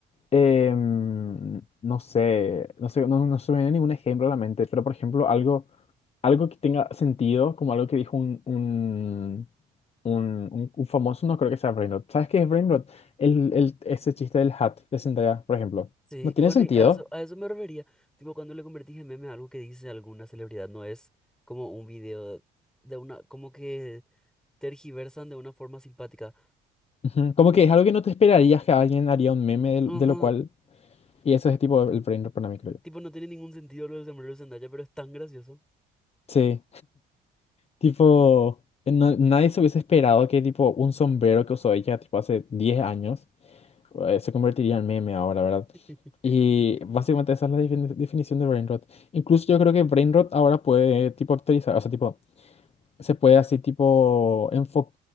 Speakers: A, on the left; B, in the centre.
A: Em, no sé, no sé, no, no se me viene ningún ejemplo a la mente, pero por ejemplo,
B: Mm.
A: algo, algo que tenga sentido, como algo que dijo un, un, un, un- un famoso, no creo que sea Brain Rot. ¿Sabes qué es Brain Rot? El, el, ese chiste del hat de Zendaya, por ejemplo.
B: Sí,
A: No tiene
B: y bueno,
A: sentido.
B: y a eso, a eso me refería. Tipo, cuando le convertís en meme a algo que dice alguna celebridad, no es como un video de una, como que tergiversan de una forma simpática.
A: Ujú, Como que es algo que no te esperarías que alguien haría un meme de,
B: Ajá.
A: de lo cual. Y eso es tipo el Brain Rot para mí, creo yo.
B: Tipo, no tiene ningún sentido lo del sombrero de Zendaya, pero es tan gracioso.
A: Sí, tipo, eh, no- nadie se hubiese esperado que tipo un sombrero que usó ella tipo hace 10 años eh, se convertiría en meme ahora, ¿verdad?
B: <laughs>
A: Y básicamente esa es la defini- definición de brain rot. Incluso yo creo que brain rot ahora puede tipo actualizar, o sea, tipo, se puede así tipo enfo-